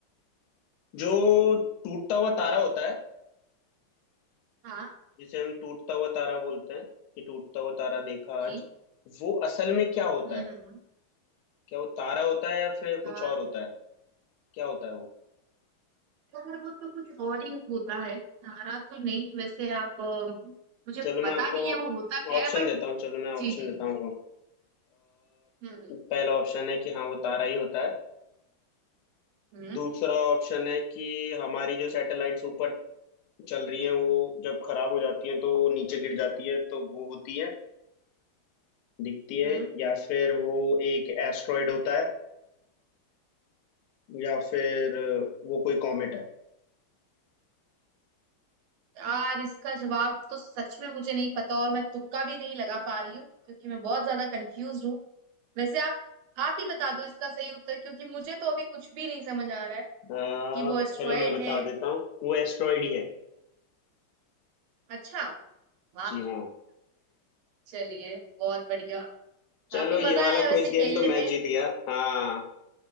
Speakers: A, on the left; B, on the right.
A: जो टूटता हुआ तारा होता है
B: हाँ
A: जिसे हम टूटता हुआ तारा बोलते हैं कि टूटता हुआ तारा देखा
B: जी
A: आज वो असल में क्या होता
B: हम्म हम्म,
A: है
B: हम्म।
A: क्या वो तारा होता है या फिर कुछ
B: अ,
A: और होता है क्या होता है वो
B: थोड़ा बहुत तो कुछ और ही होता है सारा तो नहीं वैसे आप अ, मुझे
A: चलो मैं
B: पता
A: आपको
B: नहीं है वो होता क्या
A: ऑप्शन
B: है बट
A: देता हूँ चलो मैं ऑप्शन
B: जी जी
A: देता
B: जी।
A: हूँ आपको
B: हम्म
A: अ, पहला ऑप्शन है कि हाँ वो तारा ही होता है
B: हम्म
A: दूसरा ऑप्शन है कि हमारी जो सैटेलाइट्स ऊपर चल रही हैं वो जब खराब हो जाती हैं तो वो नीचे गिर जाती हैं तो वो होती है दिखती है
B: हम्म
A: या फिर वो एक एस्ट्रॉयड होता है या फिर वो कोई कॉमेट है
B: यार इसका जवाब तो सच में मुझे नहीं पता और मैं तुक्का भी नहीं लगा पा रही हूँ क्योंकि मैं बहुत ज्यादा कंफ्यूज हूँ वैसे आप आप ही बता दो इसका सही उत्तर क्योंकि मुझे तो अभी कुछ भी नहीं समझ आ रहा है
A: आ,
B: कि वो एस्ट्रॉयड
A: चलो मैं बता
B: है
A: देता हूँ वो एस्ट्रॉयड ही है
B: अच्छा वाह
A: जी हाँ
B: चलिए बहुत बढ़िया
A: चलो
B: काफी
A: ये
B: मजा
A: वाला
B: आया वैसे
A: क्विज
B: खेलने
A: गेम तो मैं
B: में
A: जीत गया हाँ